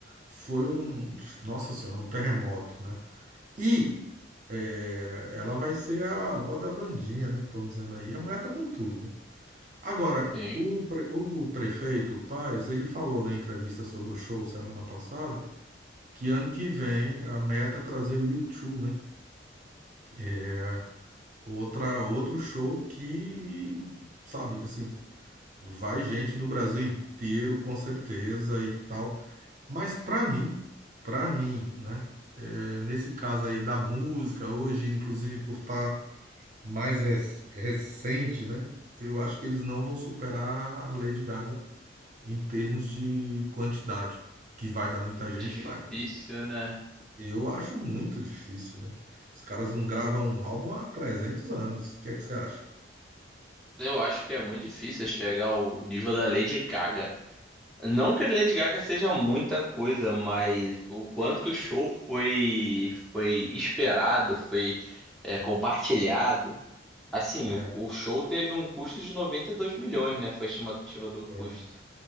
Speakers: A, on the right; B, in the centre.
A: foi um, nossa senhora, um terremoto, né? E é, ela vai ser a avó da Wandinha, né? Que estão dizendo aí. A mulher tá com tudo, né? Agora,
B: Sim.
A: o, pre- o prefeito Paes, ele falou na entrevista sobre o show semana passada que ano que vem a meta é trazer o U2, né? É outra outro show que, sabe, assim, vai gente do Brasil inteiro com certeza e tal. Mas para mim, para mim, né, é, nesse caso aí da música hoje, inclusive por estar mais res- recente, né? Eu acho que eles não vão superar a Lady Gaga em termos de quantidade, que vai dar muita gente,
B: Difícil,
A: vai, mas
B: né?
A: eu acho muito difícil, né? Os caras não gravam um álbum há 300 anos. O que é que você acha?
B: Eu acho que é muito difícil chegar ao nível da Lady Gaga. Não que a Lady Gaga seja muita coisa, mas o quanto que o show foi foi esperado, foi é, compartilhado. Assim,
A: É,
B: o, o show teve um custo de 92 milhões, né? Foi a estimativa do
A: foi,
B: custo.